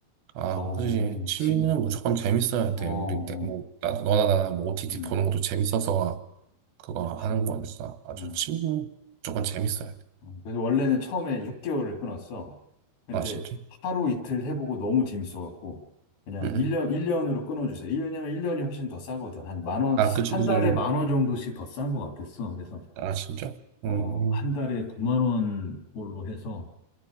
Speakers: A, on the right; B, on the left.
A: 아,
B: 너무
A: 그지. 취미는
B: 지금,
A: 무조건 재밌어야
B: 어,
A: 돼. 우리, 때- 뭐,
B: 어,
A: 나도, 너나 나나 뭐 OTT
B: 응,
A: 보는 것도 재밌어서 그거
B: 그렇지.
A: 하는 거니까. 아주
B: 응.
A: 취미는 무조건 재밌어야 돼.
B: 어, 그래서 원래는 처음에 6개월을 끊었어. 근데
A: 아, 진짜?
B: 하루 이틀 해보고 너무 재밌어갖고 그냥
A: 응.
B: 1년,
A: 응.
B: 1년으로 끊어주세요. 1년이면 1년이 훨씬 더 싸거든. 한 만 원,
A: 아, 그지,
B: 한
A: 그지.
B: 달에 만원 정도씩 더 싼 것 같았어. 그래서
A: 아, 진짜?
B: 어,
A: 음,
B: 한 달에 9만 원 꼴로 해서